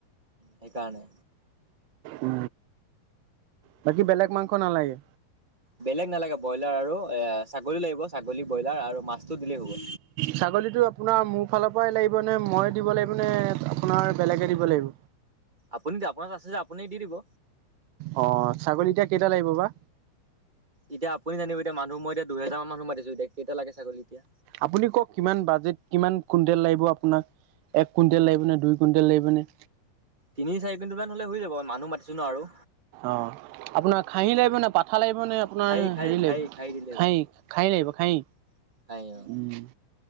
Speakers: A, on the right; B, on the right.
A: সেইকাৰণে
B: উ বাকী বেলেগ মাংস নালাগে।
A: বেলেগ নালাগে ব্ৰইলাৰ আৰু এ ছাগলী, লাগিব ছাগলী ব্ৰইলাৰ আৰু মাছটো, দিলেই হ'ব।
B: ছাগলীটো আপোনাৰ মোৰ ফালৰ পৰাই লাগিব নে মই দিব লাগিব নে আপোনাৰ বেলেগে দিব লাগিব
A: আপুনি আপোনাৰ আছে যে আপুনি দি দিব।
B: অ', ছাগলী এতিয়া কেইটা লাগিব বা।
A: এতিয়া আপুনি জানিব এতিয়া মানুহ মই এতিয়া দুহেজাৰ মানুহ মতিছো এতিয়া কেইটা লাগে ছাগলী এতিয়া।
B: আপুনি কওক কিমান বাজেট কিমান কুইন্টলে লাগিব আপোনাৰ একাউণ্ট লাগিব না দুইকুন্টে লাগিব নে।
A: তিনি চাৰি কুনণ্ট মান হলে হৈ যাব মানুহ মাতিছো ন আৰু
B: অঁ আপোনাৰ খাহী লাগিব নে পাঠা লাগিব নে আপোনাৰ
A: খাই খাই
B: হেৰি
A: খাই
B: লাগিব
A: দিলেই
B: খাই
A: হ'ল।
B: খাই লাগিব খাই
A: উম খাই অ
B: উ।